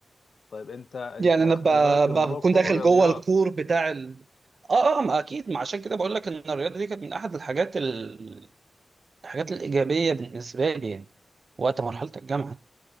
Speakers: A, on the left; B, on the right.
A: طيب انت انت
B: يعني انا
A: خلي
B: ب-
A: بالك الموضوع
B: بكون
A: كله
B: داخل
A: رياضيات
B: جوه الكور بتاع ال... اه اه ما اكيد ما عشان كده بقول لك ان الرياضه دي كانت من احد الحاجات ال- الحاجات الإيجابية بالنسبة لي يعني وقت مرحلة الجامعة